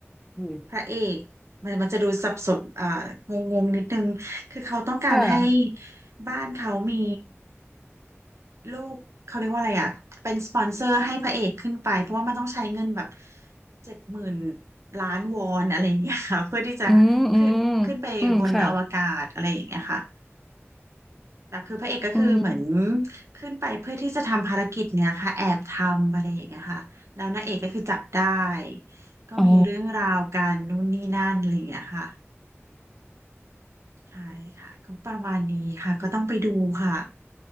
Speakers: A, in the centre; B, on the right.
A: อืม
B: พระเอกมันมันจะดูสับสนอ่างงงๆนิดนึงคือเขาต้องการให้
A: ค่ะ
B: บ้านเขามีลูกเขาเรียกว่าอะไรอ่ะเป็นสปอนเซอร์ให้พระเอกขึ้นไปเพราะว่ามันต้องใช้เงินแบบเจ็ดหมื่นล้านวอนอะไรอย่างเงี้ยค่ะเพื่อที่จะคือขึ้นไปบนอวกาศอะไรอย่างเงี้ยค่ะ
A: อืมอืมอืมค่ะ
B: แต่คือพระเอกก็คือเหมือน
A: อืม
B: ขึ้นไปเพื่อที่จะทำภารกิจเนี้ยค่ะแอบทำอะไรอย่างเงี้ยค่ะแล้วนางเอกก็คือจับได้ก็มีเรื่องราวกันนู่นนี่นั่นอะไรอย่างเงี้ยค่ะ
A: อ๋อ
B: ใช่ค่ะก็ประมาณนี้ค่ะก็ต้องไปดูค่ะ